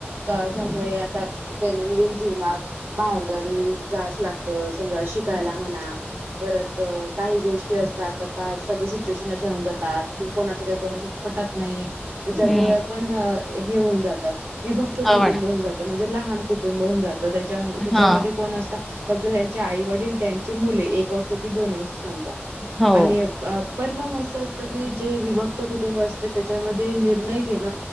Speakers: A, on the right; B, in the centre.
A: अशामुळे आता दैनंदिन जीवनात बाहेर गावी जायला लागत समजा शिकायला म्हणा.... परत काही गोष्टी असतात आता सगळे सिच्युएशन असे होऊन जातात.... कि कोणाचं काही कोणास पटत नाही त्याच्यामुळे
B: हम्म
A: पण हे होऊन जात... विभक्त
B: हो
A: कुटुंब
B: मॅडम
A: होऊन जातं म्हणजे लहान कुटुंब होऊन जातं त्याच्या त्याच्यामध्ये
B: हा
A: कोण फक्त त्यांच्या आई वडील त्यांचे मुले... कसोपी दोनच समजा
B: हो
A: आणि... पण मग असं असतं की जे विभक्त कुटुंब असते त्याच्यामध्ये निर्णय घेण...